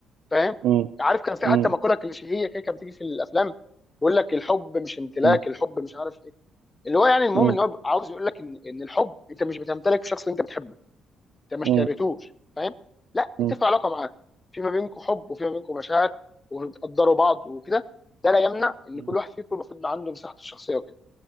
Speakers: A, on the left; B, on the right.
A: فاهم
B: مم.
A: عارف كان في
B: مم.
A: حتى مقوله كليشيهيه كده كانت بتيجي في الافلام يقول لك الحب مش امتلاك
B: مم.
A: الحب مش عارف ايه اللي هو يعني المهم
B: مم.
A: ان هو عاوز يقول لك ان ان الحب انت مش بتمتلك شخص انت بتحبه انت ما اشتريتوش
B: مم.
A: فاهم لا
B: مم.
A: انت في علاقه معاه في ما بينكم حب وفي ما بينكم مشاعر وبتقدروا بعض وكده ده لا يمنع ان
B: مم.
A: كل واحد فيكم المفروض يبقى عنده مساحته الشخصيه وكده